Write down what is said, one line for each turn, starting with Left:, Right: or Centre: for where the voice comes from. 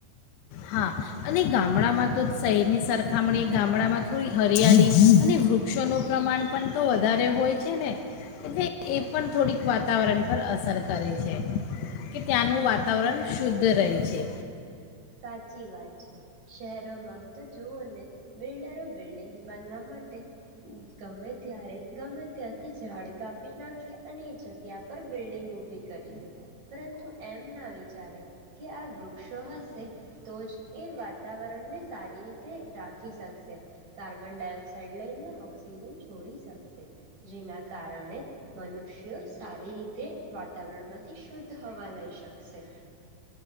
Left: હા અને ગામડામાં તો શહેરની સરખામણી ગામડામાં થોડી હરિયાળી અને વૃક્ષોનું પ્રમાણ પણ તો વધારે હોય છે ને એટલે એ પણ થોડીક વાતાવરણ પર અસર કરે છે કે ત્યાંનું વાતાવરણ શુદ્ધ રહે છે.
Right: સાચી વાત છે. શહેરોમાં તો જોઓ ને બિલ્ડરો બિલ્ડિંગ્સ બાંધવા માટે ગમે ત્યારે ગમે ત્યાંથી ઝાડ કાપી નાખે અને એ જગ્યા પર બિલ્ડિંગ ઊભી કરી દે પરંતુ એમ ના વિચારે કે આ વૃક્ષો હશે હશે તો જ એ વાતાવરણને સારી રીતે રાખી શકશે કાર્બન ડાયોક્સાઇડ લઈને ઓક્સિજન છોડી શકશે જેના કારણે મનુષ્યો સારી રીતે વાતાવરણ માંથી શુદ્ધ હવા લઈ શકશે.